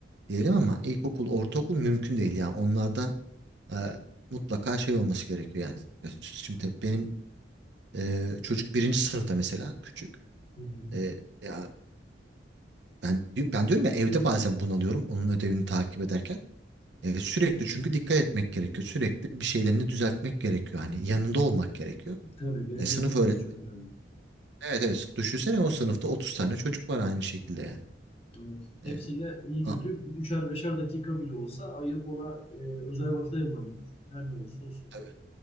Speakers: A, on the right; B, on the left.
A: diyelim ama ilkokul, ortaokul mümkün değil yani. Onlarda e, mutlaka şey olması gerekiyor yani. Şimdi benim ee, çocuk birinci sınıfta mesela küçük.
B: Hı hı.
A: E, ya ben ben diyorum ya evde bazen bunalıyorum onun ödevini takip ederken. E, sürekli çünkü dikkat etmek gerekiyor. Sürekli bir şeylerini düzeltmek gerekiyor. Hani yanında olmak gerekiyor.
B: Tabii birebir
A: E, sınıf
B: temas
A: öğret.
B: çok önemli.
A: Evet evet. Düşünsene o sınıfta 30 tane çocuk var aynı şekilde yani.
B: Evet. Hepsiyle
A: E,
B: iyi kötü
A: a-
B: üçer beşer dakika bile olsa ayırıp ona e, özel vakit ayırman gerekiyor. Her ne olursa olsun.
A: tabii.